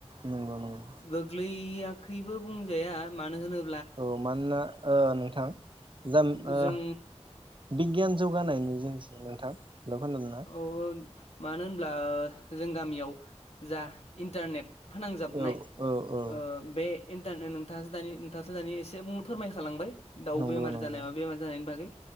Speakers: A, on the right; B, on the left.
A: नंगौ नंगौ।
B: गोग्लैयाखैबो बुंजाया मानो होनो
A: औ मानोना नोंथां जाम ओ
B: जों
A: बिगियान जौगानायनि जोहैसो नोंथां हेलौ खोनादोंना?
B: औ औ मानो होनब्ला जों गामियाव जा इन्टारनेट फोनांजाबनाय
A: औ औ औ
B: ओ बे इन्टारनेट नोंथाङास दानि नोंथासो दानि एसे बुंनो फोरमायखालांबाय दाउ
A: नंगौ
B: बेमार
A: नंगौ
B: जानाय मा बेमार जानायनि बागै